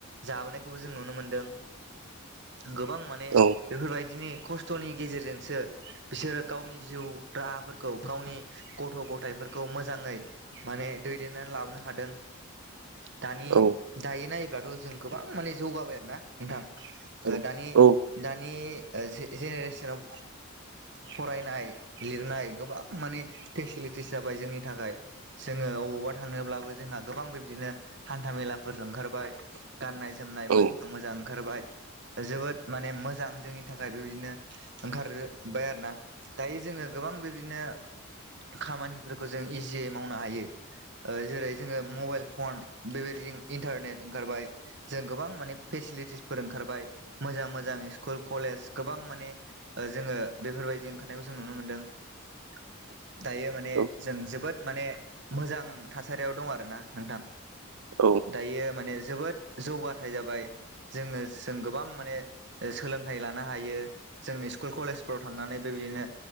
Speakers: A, on the right; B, on the right.
A: जाबोनायखौबो जों नुनो मोनदों गोबां माने
B: औ
A: बेफोरबायदिनि खस थ'नि गेजेरजोंसो बिसोरो गावनि जिउ राहाफोरखौ गावनि गथ' गथायफोरखौ मोजांङै माने दैदेननानै लाबोनो हादों दानि
B: औ
A: दायो नायोब्लाथ' जों गोबां माने जौगाबाय आरो ना नोंथां ओ
B: औ
A: दानि
B: औ
A: दान नि ओ जे जेनेरेसनाव फरायनाय लिरनाय गोबां माने फेसिलिटिस जाबाय जोंनि थाखाय जोंङो अबावबा थांनोब्लाबो जोंहा गोबां बिब्दिनो हान्था मेलाफोरजों ओंखारबाय गाननाय जोमनाय मोजां
B: औ
A: मोजां ओंखारबाय जोबोद माने मोजां जोंनि थाखाय बेबायदिनो ओंखारोबबाय आरो ना दायो जोंङो गोबां बिदिनो खामानिफोरखौ जों इजियै मावनो हायो। ओ जेरै जोंङो मबाइल फन बेबायदि इन्टारनेट ओंखारबाय जों गोबां माने फेसिलिटिसफोर ओंखारबाय मोजां मोजां स्कुल कलेज गोबां माने जोङो बेफोरबायदि ओंखारनायखौ जों नुनो मोनदों <inaudible> दायो माने
B: औ
A: जों जोबोद माने मोजां थासारियाव दं आरो ना नोंथां
B: औ
A: दायो माने जोबोद जौगाथाय जाबाय जोंङो जों गोबां माने सोलोंथाइ लानो हायो जोंनि स्कुल कलेजफ्राव थांनानै बेबायदिनो